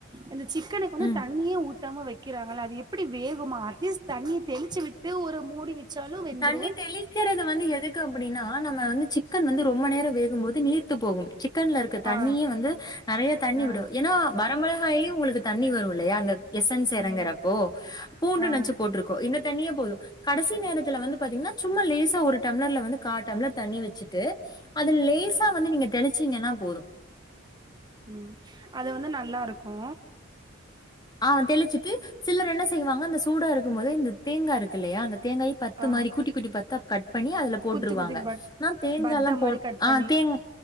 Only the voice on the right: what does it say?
இந்த சிக்கனுக்கு வந்து
தண்ணியே ஊத்தாம வெக்கிறாங்கல்ல அது எப் ப்டி வேகுமா அட்லீஸ்ட் தண்ணிய தெளிச்சு விட்டு ஒரு மூடி வெச்சாலு வந்துரு
ஆ
ஆ
ம்
ஆ
ம் அது வந்து நல்லாருக்கு
ஆ
குத்தி குத்தி பட்
பத்த
மாரி கட்
பண்ணி